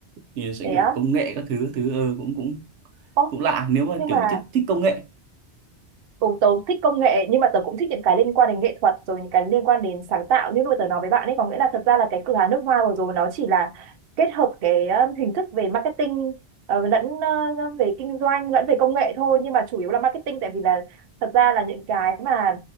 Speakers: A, on the right; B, on the right.
A: thì nó sẽ
B: thế
A: kiểu
B: á.
A: công nghệ các thứ các thứ ờ, cũng cũng
B: Ồ
A: cũng lạ nếu mà
B: nhưng
A: kiểu
B: mà
A: thích thích công nghệ
B: Ừ, tớ thích công nghệ nhưng mà tớ cũng thích những cái liên quan đến nghệ thuật rồi những cái liên quan đến sáng tạo như lúc mà tớ nói với bạn ấy có nghĩa là thật ra là cái cửa hàng nước hoa vừa rồi nó chỉ là kết hợp cái um, hình thức về marketing ờ, lẫn ờ, về kinh doanh lẫn về công nghệ thôi nhưng mà chủ yếu là marketing tại vì là thật ra là những cái mà